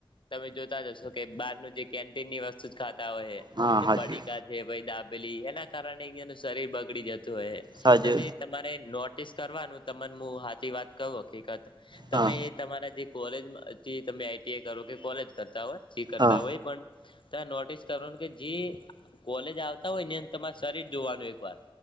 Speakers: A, on the left; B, on the right.
A: તમે જોતા હશો કે બહાર નું જે કેન્ટીન ની વસ્તુ જ ખાતા હોય છે
B: હા
A: જે
B: હાજી
A: પડીકા કે ભાઈ દાબેલી એના કારણે અહિયાયાનું શરીર બગડી જતું હોય
B: સાજે
A: તમે તમારે નોટિસ કરવાનું તમાને હું હાચી વાત કવ હકીકત
B: હા
A: તમે તમારા જે કોલેજ તમે આઈટી કરો કે કોલેજ કરતા હોય જે કરતા
B: હા
A: હોય પણ તમે નોટિસ કરવાનું કે જે કોલેજ આવતા હોય ની અંદર તમારે શરીર જોવાનું એક વાર